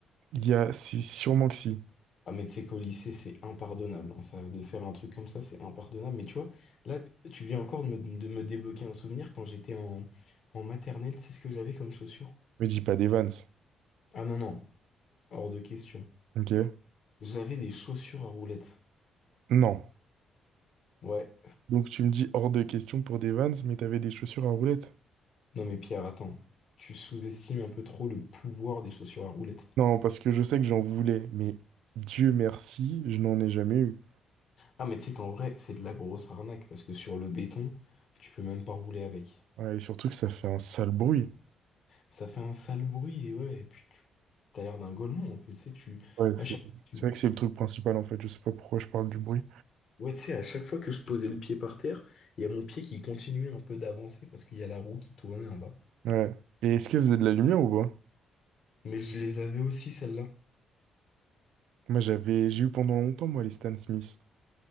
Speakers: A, on the right (about 80°); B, on the left (about 60°).
A: Il y a, c'est sûrement que si.
B: Ah, mais tu sais qu'au lycée, c'est impardonnable. hein, Ça, de faire un truc comme ça, c'est impardonnable. Mais tu vois, là, tu viens encore de me, de me débloquer un souvenir quand j'étais en, en maternelle. C'est ce que j'avais comme chaussures?
A: Mais dis pas des Vans,
B: Ah non, non, hors de question.
A: ok?
B: J'avais des chaussures à roulettes.
A: Non.
B: Ouais.
A: Donc tu me dis hors de question pour des Vans, mais t'avais des chaussures à roulettes.
B: Non, mais Pierre, attends. Tu sous-estimes un peu trop le pouvoir des chaussures à roulettes.
A: Non, parce que je sais que j'en voulais, mais Dieu merci, je n'en ai jamais eu.
B: Ah, mais tu sais qu'en vrai, c'est de la grosse arnaque parce que sur le béton, tu peux même pas rouler avec.
A: Ouais, et surtout que ça fait un sale bruit.
B: Ça fait un sale bruit et ouais, et puis tu t'as l'air d'un golemon un peu, tu sais, tu,
A: Ouais, c'est
B: à chaque, tu,
A: c'est vrai que c'est le truc principal en fait, je sais pas pourquoi je parle du bruit.
B: ouais, tu sais, à chaque fois que je posais le pied par terre, il y a mon pied qui continuait un peu d'avancer parce qu'il y a la roue qui tournait en bas.
A: Ouais. Et est-ce que vous avez de la lumière ou pas?
B: Mais je les avais aussi, celles-là.
A: Moi j'avais, j'ai eu pendant longtemps moi les Stan Smith.